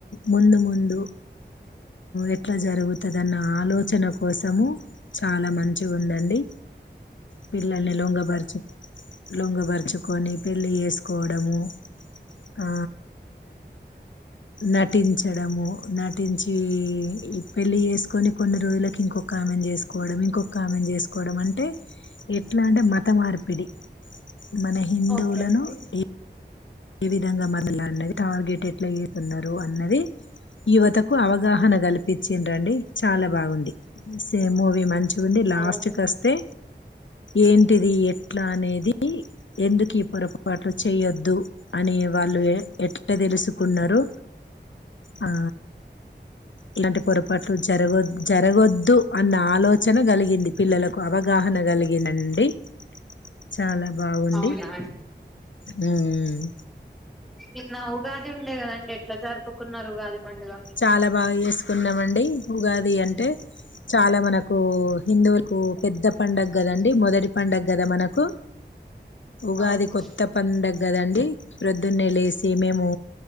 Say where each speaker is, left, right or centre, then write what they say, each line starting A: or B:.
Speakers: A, on the left (about 90°); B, in the centre.
A: ముందు ముందు ఎట్ల జరుగుతదన్న ఆలోచన కోసము చాలా మంచిగుందండి. పిల్లల్ని లొంగబరిచు లొంగ ఉంచుకొని పెళ్ళి చేస్కోవడము. ఆ నటించడము. న తెంచి ఈ పెళ్లి చేస్కొని కొన్ని రోజులకి ఇంకొక ఆమెను చేసుకోవడం ఇంకొక ఆమెను చేసుకోవడం అంటే ఎట్లా అంటే మత మార్పిడి. మన హిందువులను
B: ఓకే అండి
A: ఎ ఈ విధంగా మనల్ని టార్గెట్ ఎట్లా చేస్తున్నారు అన్నది యువతకు అవగాహన కల్పించింరండి చాలా బాగుంది సేమ్ మూవీ మంచి నుండి లాస్ట్
B: అవును
A: కస్తే ఏంటిది ఎట్లా అనేది ఎందుకు ఈ పొరపాటు లు చేయొద్దు అని వాళ్ళు ఎట్ల ఎట్ట తెలుసుకున్నారు ఆ ఇలాంటి పొరపాట్లు జరగద్ జరగొద్దు అన్న ఆలోచన కలిగింది పిల్లలకు అవగాహన కలిగిందండి. చాలా బాగుంది
B: అవునా
A: హ్మ్మ్
B: నిన్నా ఉగాది ఉండేగా అండి ఎట్ల జరుపుకున్నారు ఉగాది పండుగ
A: చాలా బాగా చేసుకున్నామండి ఉగాది అన్ అంటే చాలా మనకు హిందువులకు పెద్ద పండుగ కదండి మొదటి పండుగ కదా మనకు ఉగాది
B: అవును
A: కొత్త పండుగ కదాం ప్రతి ప్రొదున్నే లేసి మేము